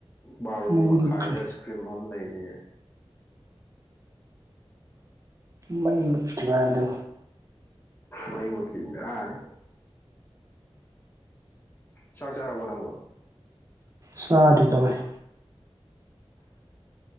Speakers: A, on the left; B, on the right.
A: ꯕꯥꯔꯣ
B: ꯃꯩ
A: ꯃꯈꯥꯏꯗ
B: ꯃꯨꯠꯈ꯭ꯔꯦ
A: ꯏꯁꯀ꯭ꯔꯤꯝ ꯑꯃ ꯂꯩꯔꯤꯌꯦ
B: ꯃꯩ ꯃꯨꯠ ꯈꯤꯕꯥꯟ ꯑꯗꯨ
A: ꯃꯩ ꯃꯨꯠꯈꯤ <unintelligible> ꯕꯦꯔꯥꯅꯦ ꯆꯥꯛ ꯆꯥꯔꯕꯣ ꯅꯪꯕꯨ
B: ꯆꯥꯗ꯭ꯔꯤꯗ ꯕꯥꯥꯏ